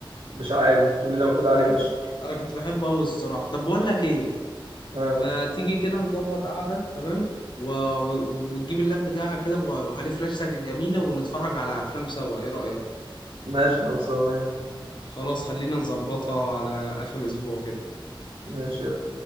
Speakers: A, on the right; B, on the left.
A: مش عالي الفيلم ده المفروض عالي
B: انا
A: فشخ
B: كنت انا كنت بحبه قوي الصراحه طب بقول لك ايه
A: اه
B: ما تيجي كده نظبط قعده تمام و... و... وتجيب اللاب بتاعك كده وعليه فلاشتك الجميله ونتفرج على افلام سوا ايه رايك
A: ماشي خلصانه يا عم.
B: خلاص خلينا نظبطها على اخر الاسبوع كده
A: ماشي يلا